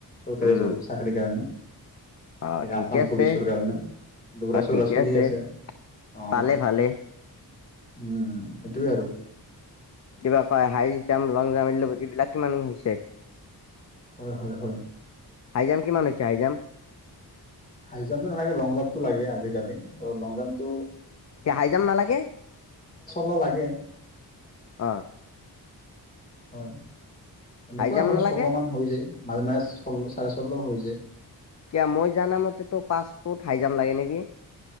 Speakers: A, on the left; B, on the left.
A: চৰকাৰী
B: উম
A: জপ চাকৰি কাৰণে।
B: অ
A: এই
B: ঠিকে
A: আছাম
B: আছে,
A: পুলিচৰ কাৰণে দৌৰা
B: অ
A: চৌৰা
B: ঠিকে
A: চলি
B: আছে।
A: অ'
B: পালে ভালে।
A: উম এইটোয়ে আৰু।
B: কিবা কয় হাই জাম্প লং জাম্প এইবিলাক কিমান হৈছে
A: হয় হয় হয়।
B: হাইজাম কিমান হৈছে হাইজাম?
A: হাই জাম্পটো নালাগে, লং জাম্পটো লাগে আজিকালি। আৰু লং জাম্পটো
B: হাই জাম্প নালাগে
A: <unintelligible> লাগে।
B: অ
A: হয় এনেকুৱা
B: হাই জাম্প
A: হয়
B: নালাগে
A: ছল্ল মান হৈ যায়। মাজে মাজে ষল্ল চাৰে ষোল্ল হৈ যায়।
B: কিয় মই জানামতে তো পাঁচ ফুট হাইজাম লাগে নেকি?